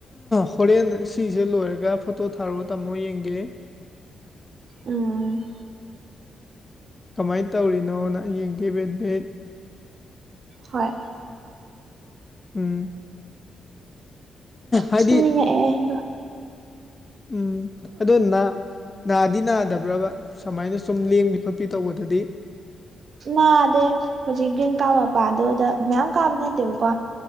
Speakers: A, on the left (about 15°); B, on the right (about 45°).
A: ꯍꯣꯔꯦꯟ ꯁꯤꯁꯦ ꯂꯣꯏꯔꯒ ꯐꯣꯇꯣ ꯊꯥꯔꯣ ꯇꯥꯃꯣ ꯌꯦꯡꯒꯦ
B: ꯎꯝ
A: ꯀꯃꯥꯏꯅ ꯇꯧꯔꯤꯅꯣ ꯅꯪ ꯌꯦꯡꯒꯦ ꯕꯦꯠ ꯕꯦꯠ
B: ꯍꯣꯏ
A: ꯎꯝ ꯍꯥꯏꯗꯤ
B: ꯑꯁ ꯇꯝꯅꯤꯡꯉꯛꯑꯦ ꯑꯩꯗꯣ
A: ꯎꯝ ꯑꯣꯅꯥ ꯅꯥꯗꯤ ꯅꯥꯗꯕ꯭ꯔꯕ ꯁꯨꯃꯥꯏꯅ ꯁꯨꯝ ꯂꯦꯡꯕꯤ ꯈꯣꯠꯄꯤ ꯇꯧꯕꯗꯗꯤ
B: ꯅꯥꯗꯦ ꯍꯧꯖꯤꯛ ꯒ꯭ꯔꯤꯟ ꯀꯥꯔ ꯃꯄꯥꯗꯨꯗ ꯃꯌꯥꯝ ꯀꯥꯕ ꯅꯠꯇꯦꯕꯀꯣ